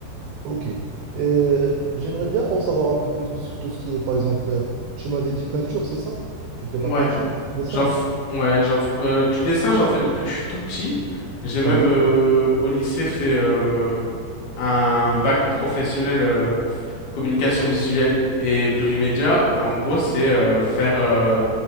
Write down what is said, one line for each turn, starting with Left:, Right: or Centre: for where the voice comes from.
Right: Ok. Euh, j'aimerais bien en savoir un peu plus de- sur tout ce qui est, par exemple, euh, tu m'avais dit peinture, c'est ça? Tu fais
Left: Ouais,
Right: de la peinture, dessin.
Left: j'en f- ouais, j'en f- euh, du dessin, j'en fais depuis que je suis tout petit. J'ai même
Right: Ah ouais?
Left: euh, au lycée fait euh, un bac professionnel. euh, communication visuelle et plurimédia. Et en gros, c'est euh, faire euh,